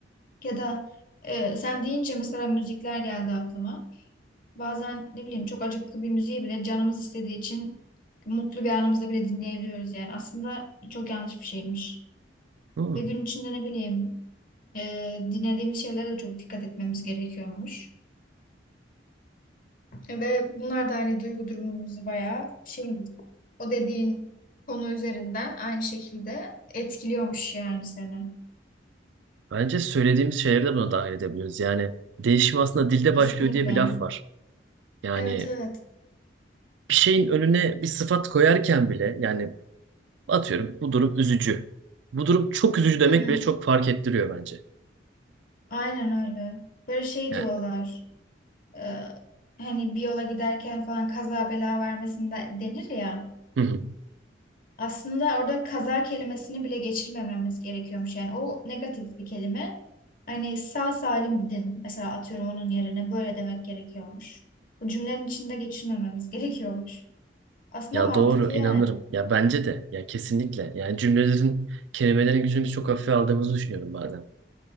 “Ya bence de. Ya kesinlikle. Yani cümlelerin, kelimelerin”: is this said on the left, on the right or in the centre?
Right